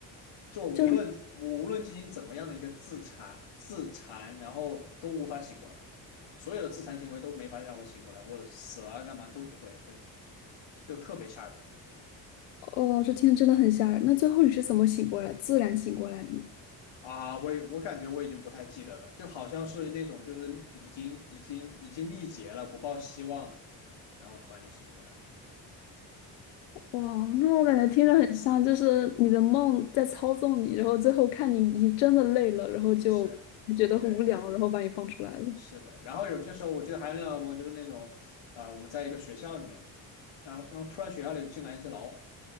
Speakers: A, on the left (about 60°); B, on the left (about 80°).
A: 就无论我无论进行怎么样的一个自残自残，
B: 就是
A: 然后都无法醒过来，所有的自残行为都没法让我醒过来，我死了干嘛都不会，对，就特别吓人
B: 哦，这听着真的很吓人。那最后你是怎么醒过来，自然醒过来的吗？
A: 啊！我也我感觉我已经不太记得了，就好像是那种就是已经已经已经力竭了，不抱希望了，然后突然就醒过来，
B: 哇，那我感觉听着很像，
A: 对，
B: 就是你的梦在操纵你，然后最后看你已经真的累了，然后就觉得很无聊，
A: 是，对，
B: 然后把你放出来了。
A: 是的。然后有些时候我记得还有另外一个梦，就是那种，啊、我们在一个学校里面，然后然后突然学校里进来一只老虎。